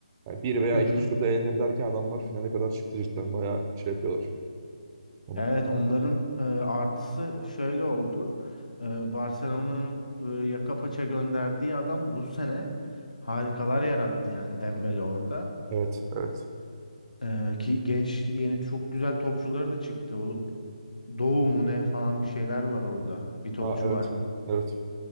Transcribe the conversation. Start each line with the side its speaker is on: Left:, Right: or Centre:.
Right: Yani bir veya
Left: Hı hı.
Right: ikinci turda elenir derken adamlar finale kadar çıktı cidden. Bayağı şey yapıyorlar onu.
Left: Evet onların e, artısı şöyle oldu. E, Barcelona'nın böyle yaka paça gönderdiği adam bu sene harikalar yarattı yani Dembele orada.
Right: Evet, evet.
Left: E, ki genç yeni çok güzel topçuları da çıktı. O Doğu mu ne falan bir şeyler var orada. Bir topçu
Right: Ha, evet,
Left: var.
Right: evet.